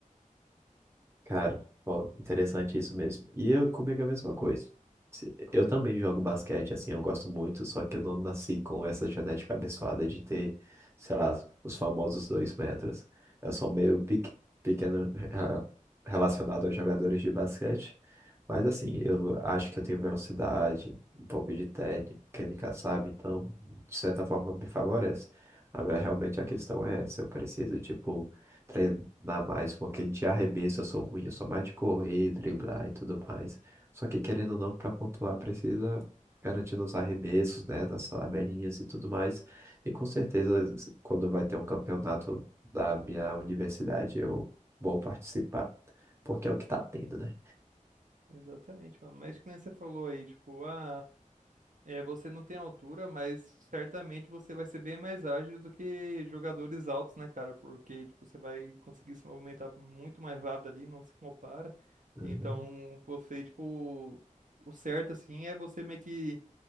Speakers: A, on the right; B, on the right.
A: Cara, ó, interessante isso mesmo. E eu comigo é a mesma coisa. Se- Eu também jogo basquete, assim, eu gosto muito, só que eu não nasci com essa genética abençoada de ter, sei lá, os famosos dois metros. Eu sou meio pequ- pequeno eh, relacionado aos jogadores de basquete, mas assim, eu acho que eu tenho velocidade, um pouco de técnica, sabe? Então, de certa forma, me favorece. Agora, realmente, a questão é se eu preciso, tipo treinar mais, porque de arremesso eu sou ruim, eu sou mais de correr, driblar e tudo mais. Só que querendo ou não, para pontuar, precisa garantir nos arremessos, né, nas tabelinhas e tudo mais. E com certeza, quando vai ter um campeonato da minha universidade, eu vou participar, porque é o que tá tendo, né?
B: Exatamente, mano. Mas que nem você falou aí, tipo, ah, é, você não tem altura, mas certamente você vai ser bem mais ágil do que jogadores altos, né, cara? Porque, tipo, você vai conseguir se movimentar muito mais rápido ali, não se compara.
A: Uhum,
B: Então, você, tipo, o certo, assim, é você meio que